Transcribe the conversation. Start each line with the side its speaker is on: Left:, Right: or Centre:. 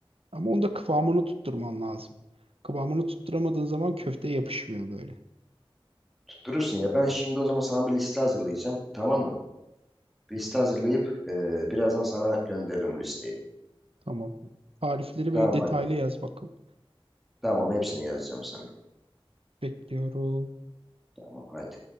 Right: Ama onda kıvamını tutturman lazım. Kıvamını tutturamadığın zaman köfte yapışmıyor böyle.
Centre: Tutturursun ya. Ben şimdi o zaman sana bir liste hazırlayacağım. Tamam mı? Bir liste hazırlayıp e, birazdan sana gönderirim bu listeyi.
Right: Tamam. Tarifleri
Centre: Tamam
Right: böyle detaylı
Centre: hadi.
Right: yaz bakalım.
Centre: Tamam hepsini yazacağım sana.
Right: Bekliyorum.
Centre: Tamam haydi.